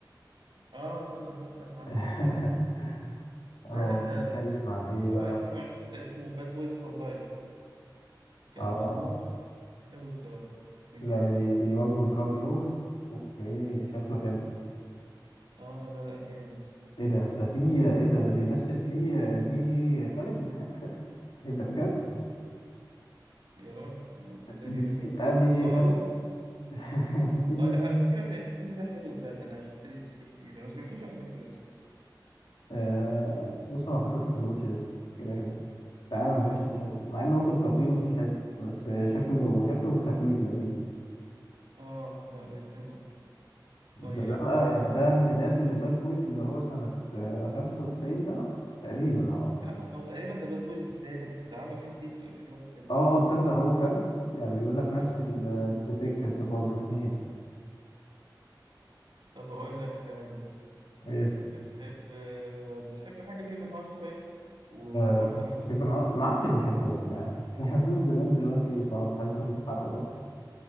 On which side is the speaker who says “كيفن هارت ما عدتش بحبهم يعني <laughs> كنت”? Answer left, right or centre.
Left